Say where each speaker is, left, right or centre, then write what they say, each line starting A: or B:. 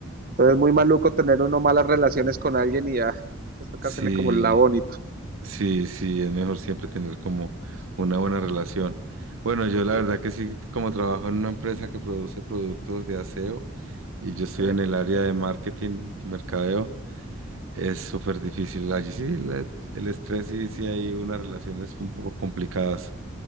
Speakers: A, on the right; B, on the right.
A: Entonces es muy maluco tener uno malas relaciones con alguien y ya, pues toca
B: Sí.
A: hacerle como el la bonito,
B: Sí, sí, es mejor siempre tener como una buena relación. Bueno, yo la verdad que sí, como trabajo en una empresa que produce productos de aseo y yo estoy
A: ¿sí?
B: en el área de marketing y mercadeo, es súper difícil. Allí sí, la- el estrés y sí sí hay unas relaciones un poco complicadas.